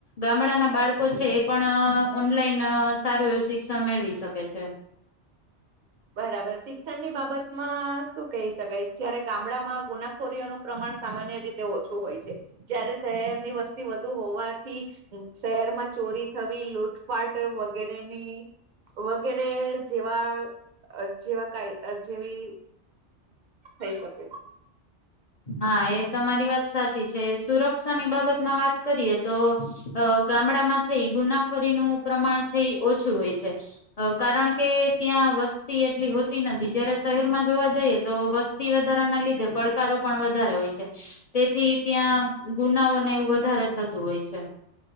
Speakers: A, on the left; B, on the right.
A: ગામડાના બાળકો છે એ પણ ઓનલાઈન સારું એવું શિક્ષણ મેળવી શકે છે
B: બરાબર શિક્ષણની બાબતમાં શું કહી શકાય જયારે ગામડામાં ગુનાખોરીઓનું પ્રમાણ સામાન્ય રીતે ઓછું હોય છે જય્યારે શહેરની વસ્તી વધુ હોવાથી શહેરમાં ચોરી થવી લૂટફાટ વગેરેની વગેરે જેવા અ જેવા કઈ જેવી થઈ શકે છે
A: હા એ તમારી વાત સાચી છે સુરક્ષાની બાબતમાં વાત કરીએ તો ગામડા માં છે ગુનાખોરીનુંું પ્રમાણ છે એ ઓછું હોય છે કારણ કે ત્યાં વસ્તી એટલી હોતી નથી જયારે શહેરમાં જોવા જઈએ તો વસ્તી વધારા ના લીધે પડ ો પણ વધારે હોય છે તેથી ત્યાં ગુનાઓને એવું વધારે થતું હોય છે